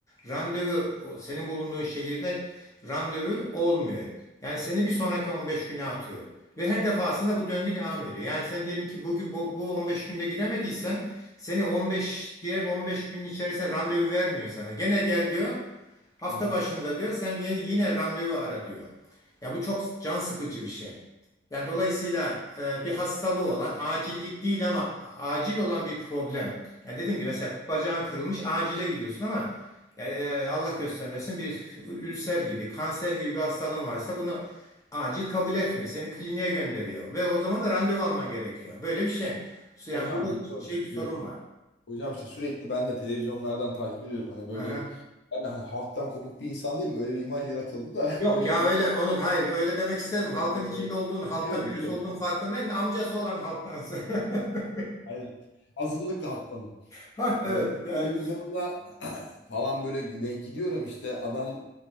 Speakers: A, on the left; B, on the left.
A: randevu o senin bulunduğun şehirde randevu olmuyor. Yani seni bir sonraki 15 güne atıyor. Ve her defasında bu döngü devam ediyor. Yani sen diyelim ki bugün bu, bu 15 günde giremediysen seni 15 diğer 15 günün içerisinde randevu vermiyor sana. Gene gel diyor. Hafta
B: Hı hı.
A: başında diyor. Sen gene- yine randevu ara diyor. Ya bu çok can sıkıcı bir şey. Yani dolayısıyla e, bir hastalığı olan acillik değil ama acil olan bir problem. Yani dedim ki mesela bacağın kırılmış acile gidiyorsun ama ya, e, Allah göstermesin bir ülser gibi, kanser gibi bir hastalığın varsa bunu acil kabul etmiyor. Seni kliniğe gönderiyor ve o zaman da randevu alman gerekiyor. Böyle bir şey. Yani
B: Hocam
A: burada
B: biliyorum,
A: şey bir
B: biliyorum.
A: sorun var.
B: Hocam işte sürekli ben de televizyonlardan takip ediyorum. Hani böyle
A: Aha.
B: ben de hani halktan kopuk bir insan değilim. Öyle bir imaj yaratıldı da
A: Yok
B: <laughs> öyle
A: ya
B: bir
A: öyle onu hayır öyle demek istedim. Halkın
B: Ee,
A: içinde olduğun, halktan
B: biliyorum
A: birisi
B: biliyorum.
A: olduğun farkındayım da amcası olan halktansın. <laughs>
B: Aynen. Azınlıkla halktanım.
A: Ha evet
B: E,
A: ya.
B: televizyonda <clears throat> falan böyle denk gidiyorum işte adam